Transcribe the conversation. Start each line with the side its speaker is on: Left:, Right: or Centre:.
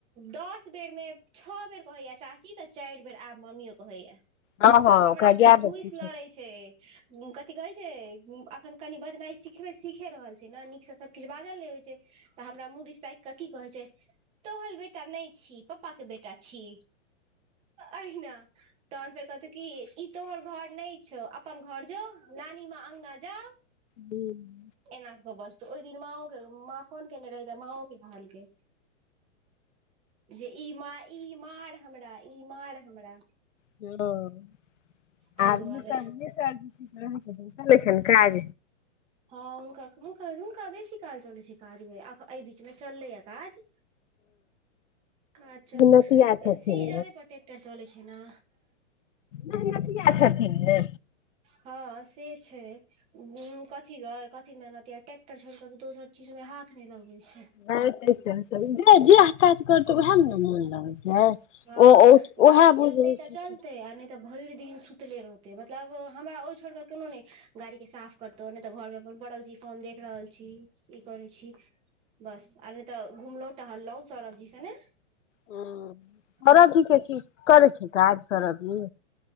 Right: दस बेर मे छओ बेर कहैया चा ची तऽ चारि बेर आब मम्मियो कहैये
Left: हँ
Right: आ हमरा
Left: ओकरा
Right: से
Left: याद
Right: ढूसि
Left: अथी
Right: लड़ै छै। कथि कहै छै अखन कनि बजनाइ सिखब सीखे रहल छै ने नीकसँ सब किछु बाजल नहि होइत छै। तऽ हमरा मुंह दिस ताकि कऽ की कहै छै तोहल बेटा नहि छी पप्पा के बेटा छी। अहिना, तखन फेर कहत त कि ई तोहर घर नहि छौ, अपन घर जो, नानी मा अङगना जा
Left: हुं।
Right: एहिना क क बजतौ, हि दिन माओ के माँ फोन केने रहै ते माओ के कहलके। जे ई मार ई मार हमरा ई मार हमरा।
Left: <unintelligible>
Right: ताहि दुआरे
Left: करै छैन काज।
Right: हँ हुनका हुनका बेसी काल चलै छै काज, एहि बीचमे चललैए काज। काज चल
Left: नतिया छथिन
Right: सी एगारह पर टेक्टर चलै छै ने।
Left: मेहनतिया छथिन यै।
Right: हँ से छै, कथि गय, कथि कि मेहनतिया ट्रेक्टर छोड़ि के दोसर चीज मे हाथ नै लगबे छै।
Left: जे जैह काज करतै वैह मे ने मोन लगै छै।
Right: हँ
Left: ओ
Right: गाड़ी
Left: उएह
Right: चलते
Left: बुझै
Right: तऽ
Left: छथिन
Right: चलतै आ नै ते भरि दिन सुतले रहतै, मतलब हमरा ओ छोड़ि के कोनो नहि गाड़ी के साफ करतौ नहि तऽ घर मे अपन पड़ल छी फोन देख रहल छी, ई करै छी बस आर नहि तऽ घुमलहु टहलहुं, सौरभ जी सने
Left: हुं, सौरभजी
Right: बस
Left: कि करै छै काज सौरभजी।